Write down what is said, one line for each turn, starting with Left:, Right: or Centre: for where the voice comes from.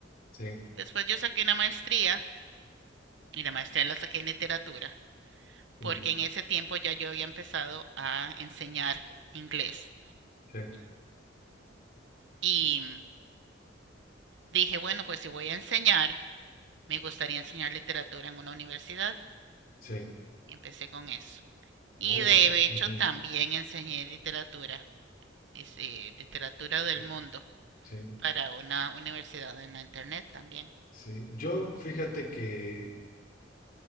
Left: Sí,
Right: Después yo saqué una maestría y la maestría la saqué en literatura,
Left: ujú,
Right: porque en ese tiempo ya yo había empezado a enseñar inglés.
Left: sí,
Right: Y dije, bueno, pues si voy a enseñar, me gustaría enseñar literatura en una universidad.
Left: sí.
Right: Y empecé con eso. Y
Left: Ah, ya.
Right: de hecho
Left: ujú,
Right: también enseñé literatura, dice, literatura del
Left: Sí,
Right: mundo,
Left: sí.
Right: para una universidad en la internet también.
Left: sí. Yo, fíjate que